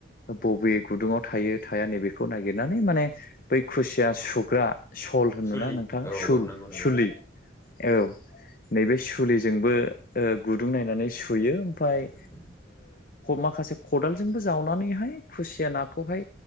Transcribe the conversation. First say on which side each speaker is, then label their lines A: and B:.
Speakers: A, on the left; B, on the left.
A: बबे गुदुङाव थायो थाया नैबेखौ नागिरनानै माने बै खुसिया सुग्रा सल होनोना
B: सुलि
A: नोंथां
B: औ
A: सुल
B: औ नोंगौ नोंगौ
A: सुलि औ औ नैबे सुलिजोंबो गुदुं नायनानै सुयो। फाय
B: उम
A: माखासे खदालजोंबो जावनानैहाय खुसिया नाखौहाय